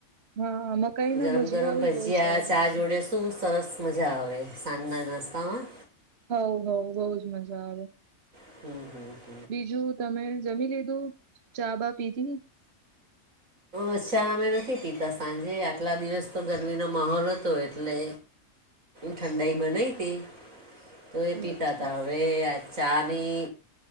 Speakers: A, on the right; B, on the right.
A: હા મકાઈ
B: ગરમ
A: ના ભજીયા
B: - ગરમ
A: બી
B: ભજીયા
A: બહુ સારું
B: ચા જોડે શું સરસ મજા આવે સાંજના નાસ્તામાં.
A: હવ હવ બહુ જ મજા આવે
B: હમ્મ હમ્મ
A: બીજું તમે જમી લીધું ચા બા પીધી
B: અ ચા અમે નથી પીતા સાંજે આટલા દિવસ તો ગરમીનો મહોલ હતો એટલે ઠંડાઈ બનાઈ હતી તો એ
A: અચ્છા
B: પીતા હતા. હવે આ ચાની